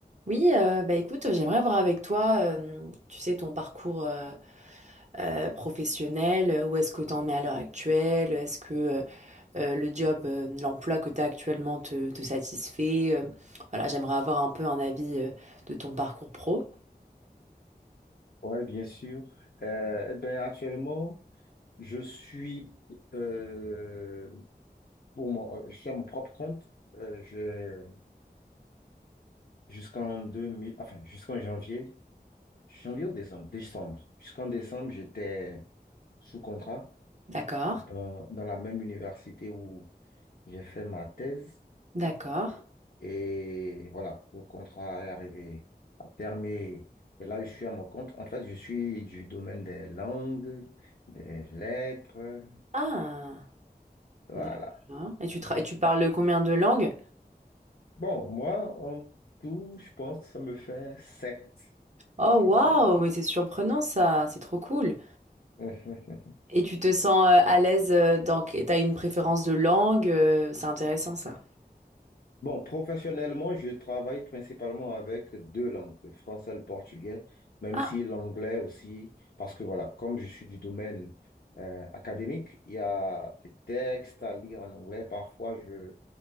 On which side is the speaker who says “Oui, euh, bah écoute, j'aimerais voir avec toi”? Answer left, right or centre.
Right